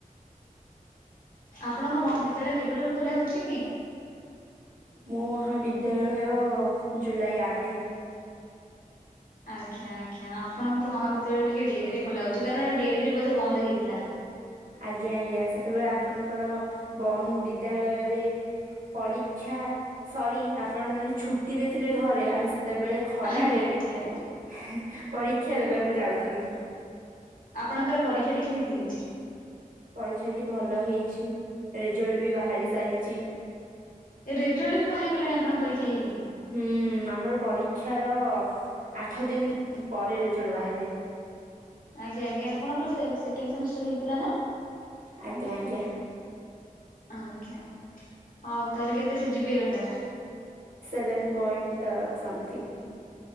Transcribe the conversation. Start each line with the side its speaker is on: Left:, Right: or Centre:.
Left: ଆପଣଙ୍କ ମହାବିଦ୍ୟାଳୟ କେବେଠାରୁ ଖୋଲା ହଉଚି କି?
Right: ମୋ ମହାବିଦ୍ୟାଳୟ ଜୁଲାଇ ଆଠେ।
Left: ଆଜ୍ଞା ଆଜ୍ଞା ଆପଣଙ୍କ ମହାବିଦ୍ୟାଳୟ ଟିକେ ଡେରିରେ ଖୋଲା ହଉଚି। କାରଣ ଡେରିରେ ବୋଧେ ବନ୍ଦ ହେଇଥିଲା।
Right: ଆଜ୍ଞା ଆଜ୍ଞା ସେତେବେଳେ ଆପଣଙ୍କର ବନ୍ଦ ବିଦ୍ୟାଳୟରେ ପରୀକ୍ଷା ସରି ଆପଣ ମାନେ ଛୁଟିରେ ଥିବେ ଘରେ। ଆମେ ସେତେବେଳେ ଖରାରେ
Left: ଆଜ୍ଞା ଆଜ୍ଞା
Right: ହେଁ ପରୀକ୍ଷା ଦେବାକୁ ଯାଉଥିଲୁ।
Left: ଆପଣଙ୍କର ପରୀକ୍ଷାଟି କେମିତି ହେଇଚି?
Right: ପରୀକ୍ଷାଟି ଭଲ ହେଇଛି। ରେଜଲ୍ଟ ବି ବାହାରି ସାରିଚି।
Left: ରେଜଲ୍ଟ ବି ବାହାରି ଗଲାଣି ଆପଣଙ୍କ ପରୀକ୍ଷା ହେଇକି?
Right: ହୁଁ ଆମର ପରୀକ୍ଷାର ଆଠ ଦିନ ପରେ ରେଜଲ୍ଟ ବାହାରିଯାଏ।
Left: ଆଜ୍ଞା, ଆଜ୍ଞା ଆପଣଙ୍କର ସେ ସେକେଣ୍ଡ ସେମିଷ୍ଟାର ହେଇଥିଲାନା?
Right: ଆଜ୍ଞା ଆଜ୍ଞା
Left: ଆଜ୍ଞା ଆଉ ତାହେଲେ କେତେ ସିଜିପି ରହିଲା?
Right: ସେଭେନ ପଏଣ୍ଟ ଅ ସମଥିଙ୍ଗି।